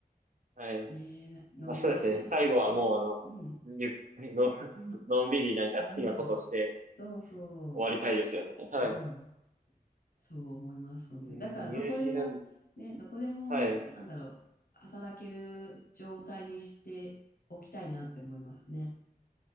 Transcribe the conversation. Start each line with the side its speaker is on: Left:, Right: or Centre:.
Right: はい。
Left: ねえ、のび、
Right: まあ、そうですね。
Left: のんびり過ごしたい。
Right: 最後はも
Left: うん。
Right: う、あの、ゆっくりの、<laughs> のんびりなんか好きなことして
Left: うん。そうそ
Right: 終わりたいですよね。はい。
Left: う。うん。そう思います、本当に。
Right: えーニュージーランド、
Left: だから、どこでも、ね、どこでも、
Right: はい。
Left: なんだろう、働ける状態にしておきたいなって思いますね。